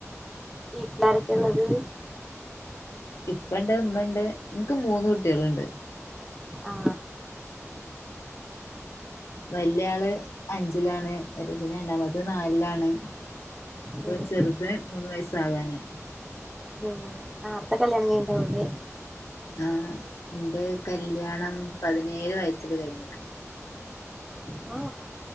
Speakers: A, in the centre; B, on the left.
A: വീട്ടിലാരക്ക ഉള്ളത്
B: ഇപ്പ ഇണ്ട് ഉമ്മണ്ട് നിക്ക് മൂന്ന് കുട്ടികളുണ്ട്
A: ആ
B: വല്യ ആള് അഞ്ചിലാണ് ഒരുത് രണ്ടാമത്തെ നാലിലാണ് ഇപ്പൊ
A: ഉം
B: ചെറുത് മൂന്ന് വയസാകാനയി
A: ഉം നാർത്തെ കല്യാണം കഴിഞ്ഞിണ്ടാവൂലേ
B: ആ എന്റെ കല്യാണം പതിനേഴ് വയസ്സില് കഴിഞ്ഞിക്ക്
A: ഓ